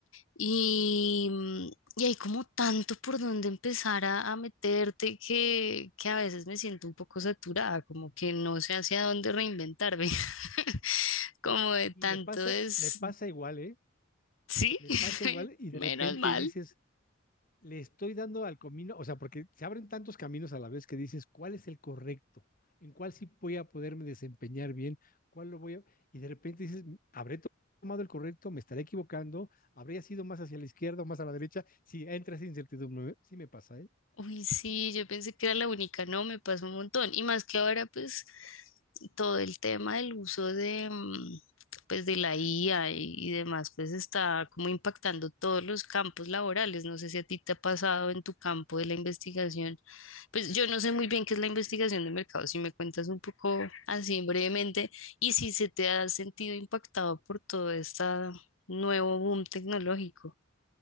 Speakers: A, on the left; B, on the left.
A: Y, mm, y hay como tanto por donde empezar a, a meterte que, que a veces me siento un poco saturada, como que no sé hacia dónde reinventarme, <laughs> como de tanto
B: Y me pasa,
A: es,
B: me pasa igual, ¿eh?
A: sí,
B: Me
A: <laughs>
B: pasa igual y
A: menos
B: de repente
A: mal.
B: dices, le estoy dando al camino, o sea, porque se abren tantos caminos a la vez que dices, ¿cuál es el correcto? ¿En cuál sí voy a poderme desempeñar bien? ¿Cuál lo voy a...? Y de repente dices, ¿habré tomado el correcto? ¿Me estaré equivocando? ¿Habría sido más hacia la izquierda o más a la derecha? Si entra esa incertidumbre, ¿eh? sí me pasa, ¿eh?
A: Uy, sí, yo pensé que era la única, no, me pasó un montón. Y más que ahora, pues, todo el tema del uso de, mm, pues, de la IA y, y demás, pues está como impactando todos los campos laborales. No sé si a ti te ha pasado en tu campo de la investigación. Pues yo no sé muy bien qué es la investigación de mercado, si me cuentas un poco así brevemente y si se te ha sentido impactado por todo este nuevo boom tecnológico.